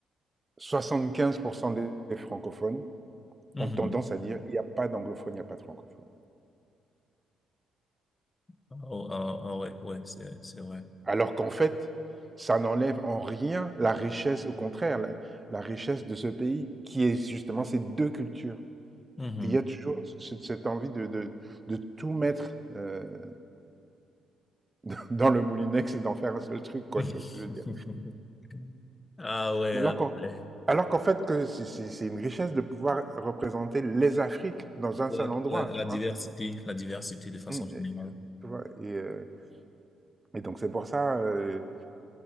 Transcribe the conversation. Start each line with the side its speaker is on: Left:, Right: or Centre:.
Right: 75% des francophones
Left: Mhm.
Right: ont tendance à dire il n'y a pas d'anglophone, il n'y a pas de francophone.
Left: Ah, ah, ah ouais, ouais, c'est, c'est vrai.
Right: Alors qu'en fait, ça n'enlève en rien la richesse, au contraire, la, la richesse de ce pays, qui est justement ces deux cultures.
Left: Mhm.
Right: Et il y a toujours ce- cette envie de, de, de tout mettre euh, <laughs> dans le moulinex et d'en faire un seul truc, quoi,
Left: <laughs>
Right: tu vois ce que je veux dire.
Left: Ah ouais,
Right: Alors
Left: ah
Right: qu'en
Left: ouais.
Right: alors qu'en fait, que c'est c'est- c'est une richesse de pouvoir représenter les Afriques dans un
Left: Ouais,
Right: seul endroit,
Left: ouais, la
Right: tu
Left: diversité,
Right: vois.
Left: la diversité de façon
Right: Mm,
Left: générale.
Right: et, euh, tu vois, et, euh, et donc c'est pour ça, euh,